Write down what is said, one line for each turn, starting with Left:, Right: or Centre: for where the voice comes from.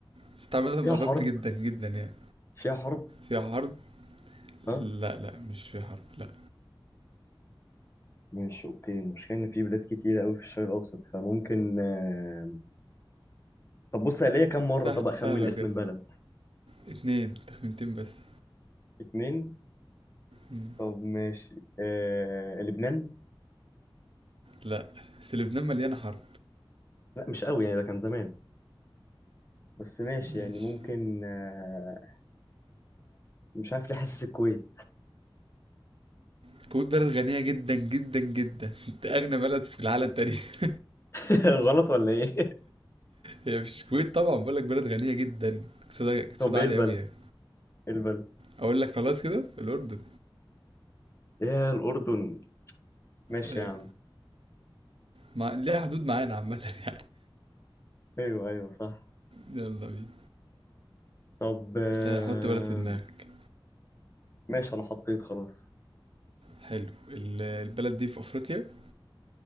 Right: بس عامة
Left: فيها
Right: قربت
Left: حرب
Right: جدا جدا يعني
Left: فيها حرب
Right: فيها حرب
Left: ها
Right: لا لا مش فيها حرب لا
Left: ماشي أوكي المشكلة إن في بلاد كتيرة أوي في الشرق الأوسط فممكن آه، طب بص هي ليا كام مرة
Right: سهلة
Left: طب أخمن
Right: سهلة
Left: اسم
Right: بجد
Left: البلد
Right: اتنين تخمينتين بس
Left: اتنين
Right: مم.
Left: طب ماشي آه، لبنان
Right: لا بس لبنان مليانة حرب
Left: لا مش قوي يعني ده كان زمان بس ماشي
Right: ماشي
Left: يعني ممكن آه... مش عارف ليه حاسس الكويت
Right: الكويت بلد غنية جدا جدا جدا <laughs> دي أغنى بلد في العالم تقريبا <laughs>
Left: <laughs> غلط ولا ايه
Right: هي مش الكويت طبعا بقول لك بلد غنية جدا اقتصادها
Left: <laughs>
Right: اقتصادها
Left: طب ايه
Right: عالي
Left: البلد
Right: أوي يعني
Left: إيه البلد
Right: أقول لك خلاص كده الأردن
Left: يا الاردن ماشي
Right: أيوة
Left: يا عم
Right: مع... ليها حدود معانا عامة <laughs>
Left: ايوه ايوه صح
Right: يلا بينا
Left: طب آه،
Right: آه، حط بلد في دماغك
Left: ماشي انا حطيت خلاص
Right: حلو ال- البلد دي في أفريقيا <laughs>